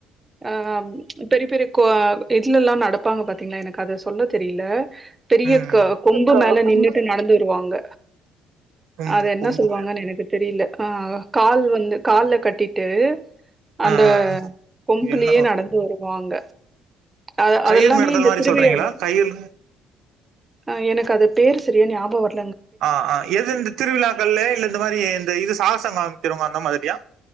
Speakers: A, on the right; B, on the right.
A: ஆஹ் பெரிய பெரிய கோ அ இத்லெல்லா நடப்பாங்க பாத்தீங்ளா எனக்கு அத சொல்ல தெரில பெரிய
B: ம்
A: க கொம்பு
B: கொ
A: மேல
B: கொம்பு
A: நின்னுட்டு நடந்து வருவாங்க
B: ம்
A: அது என்ன
B: கொம்பு
A: சொல்லுவாங்கன்னு
B: மேல
A: எனக்கு தெரியில ஆ கால் வந்து கால்ல கட்டிட்டு அந்த
B: ஆ ஆ
A: கொம்புலயே
B: என்ன
A: நடந்து வருவாங்க அத அதெல்லாமே
B: கயிறு நடத்தல்
A: இந்த
B: மாரி
A: திருவிழா
B: சொல்றீங்களா கயிறு
A: ஆ எனக்கு அது பேரு செரியா ஞாபகம் வர்
B: ஆ ஆ எது இந்த திருவிழாக்கள்லையா இல்ல இந்த மாரி இந்த இது சாகசம் காமிக்கிறவங்க அந்த மாதிரியா